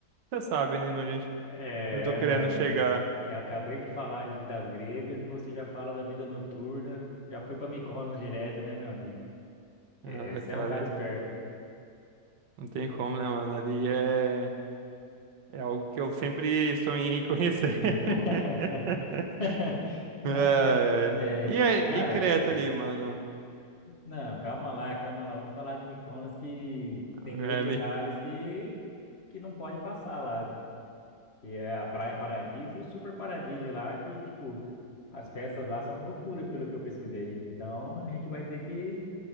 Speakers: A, on the right; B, on the left.
A: você sabe, né, onde
B: É,
A: a gente- eu tô querendo
B: meu amigo.
A: chegar.
B: Eu acabei de falar de, das gregas e você já fala da vida noturna. Já foi para Mykonos direto, né, meu amigo?
A: Ah,
B: É, você
A: cara,
B: é um cara esperto.
A: não tem como, né, mano? Ali é, é algo que eu sempre sonhei em conhecer. <laughs>
B: <laughs> <laughs>
A: É,
B: É,
A: E, aí-
B: cara,
A: e Creta ali, mano?
B: não, calma lá, calma lá. Vamos falar de Mykonos que tem
A: É,
B: dois lugares que, que não pode passar lá, que é a Praia Paradis e o Super Paradis lá, que, tipo, as festas lá são loucura, pelo que eu pesquisei. Então, a gente vai ter que